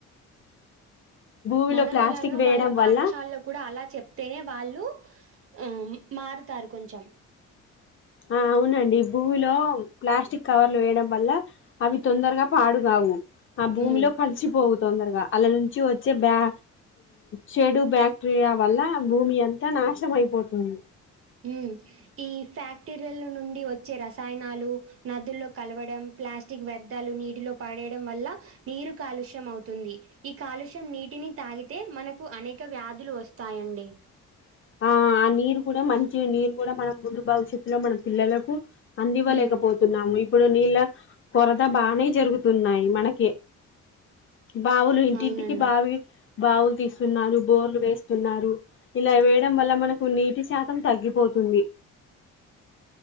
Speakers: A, on the left (about 40°); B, on the right (about 50°).
A: భూమిలో
B: మనం
A: ప్లాస్టిక్
B: ఎలానో
A: వేయడం
B: వాళ్ళ పాఠశాలలో
A: వల్ల
B: కూడా అలా చెప్తేనే వాళ్ళు ఆ మారుతారు కొంచెం
A: ఆ అవునండి భూమిలో ప్లాస్టిక్ కవర్లు వేయడం వల్ల అవి తొందరగా పాడుగావు ఆ భూమిలో
B: హ్మ్
A: కలిసిపోవు తొందరగా ఆళ్ల నుంచి వచ్చే బ్యా చెడు బ్యాక్టీరియా వల్ల భూమి అంతా నాశనమయిపోతుంది
B: ఊమ్ ఈ ఫ్యాక్టరీ ల నుండి వచ్చే రసాయనాలు నదుల్లో కలవడం ప్లాస్టిక్ వ్యర్థాలు నీటిలో పడేడం వల్ల నీరు కాలుష్యం అవుతుంది ఈ కాలుష్యం నీటిని తాగితే మనకు అనేక వ్యాధులు వస్తాయండి
A: ఆ ఆ నీరు కూడా మంచి నీరు కూడా మన ముందు భవిష్యత్తులో మన పిల్లలకు అందివ్వలేకపోతున్నాము
B: హ్మ్.
A: ఇప్పుడు నీళ్ళ కొరద బానే జరుగుతున్నాయి మనకి బావులు ఇంటింటికి
B: అవునండి.
A: బావి బావులు తీస్తున్నారు బోర్లు వేస్తున్నారు ఇలా డం వల్ల మనకు నీటి శాతం తగ్గిపోతుంది